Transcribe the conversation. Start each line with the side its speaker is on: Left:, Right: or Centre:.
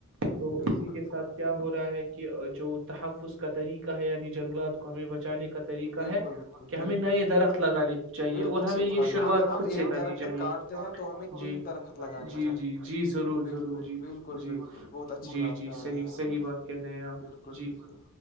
Right: تو
Left: بالکل
Right: اسی کے ساتھ
Left: بالکل
Right: کیا ہو رہا ہے کہ جو تحفظ کا طریقہ ہے یعنی جنگلات کو ہمیں بچانے کے کا طریقہ کا
Left: بالکل
Right: ہے
Left: بالکل
Right: کہ ہمیں
Left: بالکل
Right: نئے درخت لگانے چاہیے
Left: بالکل
Right: اور ہمیں
Left: صحیح
Right: یہ
Left: فرما
Right: شروعات
Left: اگر ہم
Right: خود سے
Left: ایک
Right: کرنی
Left: درخت
Right: چاہیے
Left: کاٹتے ہیں تو ہمیں
Right: جی
Left: تین درخت لگانے
Right: جی
Left: چاہیے
Right: جی جی ضرور
Left: بالکل
Right: ضرور جی
Left: بالکل بالکل
Right: جی
Left: بہت اچھی
Right: جی
Left: بات
Right: جی
Left: کر رہے
Right: صحیح
Left: ہیں آپ
Right: صحیح بات کہہ رہے ہیں آپ
Left: بالکل
Right: جی
Left: بالکل